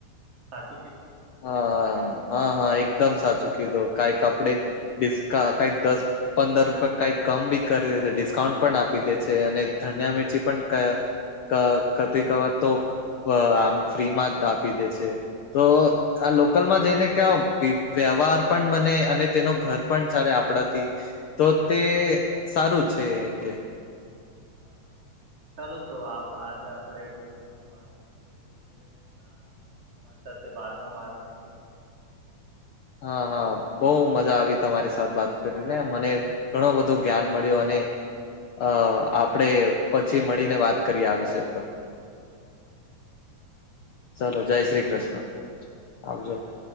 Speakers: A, on the right; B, on the left.
A: સાચું કીધું ને.
B: હા હા હા હા એકદમ સાચું કીધું કાઈક આપડે <unintelligible> કાઇક દસ પંદર રૂપિયા કઈક કમ બી કરી દે ડિસ્કાઉન્ટ પણ આપી દે છે અને ધનિયા મિરચી પણ ક ક કભી કભાર તો આમ ફ્રી માં જ આપી દે છે તો આ લોકલમાં જઈને ક્યા વ્યવહાર પણ બને અને તેનો ઘર પણ ચાલે આપડા થી તો તે સારું છે એમ કે
A: હા હા ચાલો તો આજે આપડે બો સારો વાત કરી દીએ છે. <unintelligible> અને તમારી સાથે બાદમાં વાત કરીએ.
B: હા હા બો મજા આવી તમારી સાથે વાત કરીને મને. ઘણો બધો જ્ઞાન મળ્યું અને અ આપણે પછી મળીને વાત કરીએ આ વિષય ઉપર
A: ઠીક છે ઠીક છે
B: ચલો જય શ્રી કૃષ્ણ
A: જય શ્રી
B: આવજો.
A: કૃષ્ણ